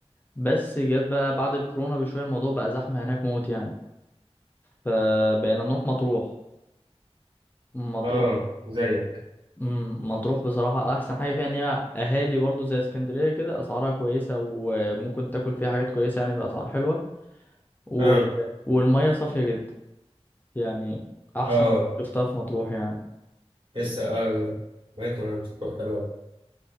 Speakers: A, on the left; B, on the right.
A: بس جت بقى بعد الكورونا بشوية الموضوع بقى زحمة هناك موت يعني فبقينا نروح مطروح مطروح
B: اه زيك
A: مم، مطروح بصراحة أحسن حاجة فيها إن هي أهالي برضو زي اسكندرية كده أسعارها كويسة وممكن تاكل فيها حاجات كويسة يعني بأسعار حلوة و...
B: اه
A: والمية صافية جدا يعني أحسن
B: اه
A: مية شفتها في مطروح يعني
B: لسه اه بقيت ما بتروح حلوه